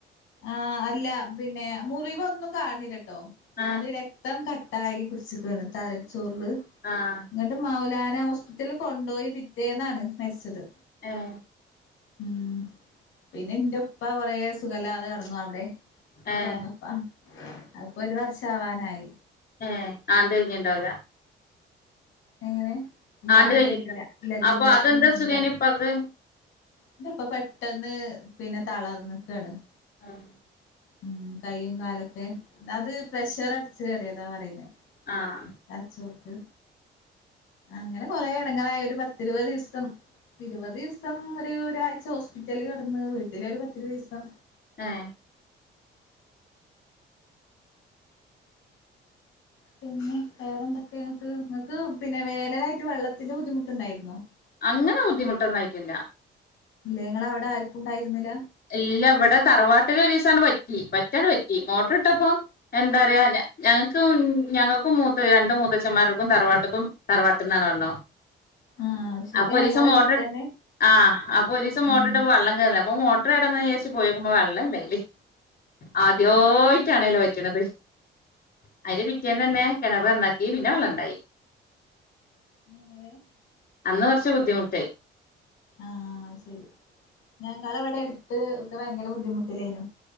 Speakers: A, on the left; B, on the left.
A: ആഹ അല്ല പിന്നെ മുറിവ് ഒന്നും കാണില്ലട്ടെ ട്ടോ
B: ആഹ്
A: അത് രക്തം ക ട്ടായി പിടിച്ചിക്കാണ് തലച്ചോറില്
B: ആഹ്
A: <unintelligible> മാവിലാന ഹോസ്പിറ്റൽ കൊണ്ടപോയി പിറ്റേന്നാണ് മരിച്ചത്
B: ആഹ്
A: ഉം പിന്നെ എന്റെ ഒപ്പ കൊറേ സുഖയില്ലതെ കടന്നു അവിടെ
B: ഏഹ്
A: സ്വന്തപ്പം <unintelligible> ഒരു വർഷം ആവാ ആയി
B: ഏ ആണ്ട് കഴിഞ്ഞണ്ടാവില്ല
A: എങ്ങനെ ഇല്ലാണ്ട്
B: ആണ്ട് കഴിഞ്ഞട്ട
A: കഴിഞ്ഞിട്ടില്ല ഇല്ല ജൂലൈയില്
B: അപ്പൊ അതെന്താ
A: മൂന്നിലാണ്
B: <unintelligible> പക്
A: <unintelligible> <unintelligible> പെട്ടെന്ന് പിന്നെ <unintelligible>
B: ആഹ്
A: ഉം കൈയ്യും കാലൊക്കെ <unintelligible> പ്രഷർ ചേറിയതാ പറയുന്നേ
B: ആഹ്
A: തറച്ചോർക്ക് അങ്ങനെ കൊറെേ ഇടങ്ങായി ഒരു പത്തിരുപത് ദിവസം ഇരുപത് ദിവസം ഒരാഴ്ച ഹോസ്പിറ്റലില് കിടന്ന് വീട്ടില ഒരു പത്തിരുപത് ദിവസം
B: ആഹ്
A: പിന്നെ വേറെന്താ <unintelligible> നിങ്ങക്ക് പിന്നെ <unintelligible> വെള്ളത്തിന്റെ ബുദ്ധിമുട്ടുണ്ടായിരുന്നോ?
B: അങ്ങനെ ബുദ്ധിമുട്ടൊന്നായിട്ടില്ല.
A: നിങ്ങടെ അവിടെ ആർക്കും ഉണ്ടായിരുന്നില്ല
B: ഇല്ല ഇവടെ തറവാട്ടില് ഒരുസം അങ്ങട് വറ്റി വറ്റാണ്ട് വറ്റി മോട്ടറ് <unintelligible> ഇട്ടപ്പം എന്താ പറയാ ഞ ഞങ്ങക്കും ഞങ്ങക്കും മൂത്ത രണ്ട് മൂത്തച്ഛന്മാർക്കും തറവാട്ട്ക്കും തറവാട്ടിന്നാണ് വെള്ളം.
A: ആഹ് അത് ശരി
B: അപ്പൊ
A: ഏഹ്
B: ഒരുസം
A: ഇങ്ങളെ
B: മോട്ടറ്
A: അടുത്തന്നെ
B: ആ അപ്പൊ ഒരുസം
A: ഉം
B: മോട്ടറിട്ടപ്പൊ വള്ളം കേർണില്ല അപ്പോ മോ ഇത്ര നേരം എന്താ വിചാരിച്ച് പോയോക്കുമ്പോ വള്ളം ഇല്ല അയില്, ആദ്യായിട്ടാണ് അതില് വറ്റണത്, അതിൻ്റെ പിറ്റേന്ന് തന്നെ കെണറ് നന്നാക്കി പിന്നെ വെള്ളം ഇണ്ടായി.
A: <unintelligible>
B: അന്ന് കൊറച്ച് ബുദ്ധിമുട്ടായി
A: ആഹ് ശെരി ഞങ്ങളവടെടുത്ത് ഒക്കെ ഭയങ്കര ബുദ്ധിമുട്ടിലേനു.